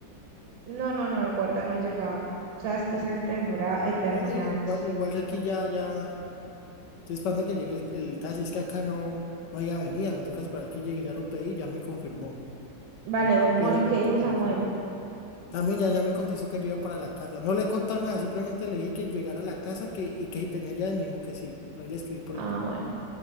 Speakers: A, on the right; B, on the left.
A: no, no, no, el guarda no ha llegado. Sabes que esa gente demora eternidades.
B: no, no, i- igual, igual de aquí ya, ya, estoy esperando que llegue el, el taxi, es que acá no, no hay avenida, me toca esperar que llegue, ya lo pedí, ya me confirmó.
A: Vale,
B: Ahí
A: amor,
B: estoy pidiendo
A: ¿y
B: el
A: qué
B: del otro
A: dijo
B: teléfono.
A: Samuel?
B: También ya, ya me contestó que yo iba para la casa. No le he contado nada, simplemente le dije que llegara a la casa que, y que si tenía llaves, me dijo que sí. Por ahí le escribí por
A: Ah,
B: internet.
A: bueno,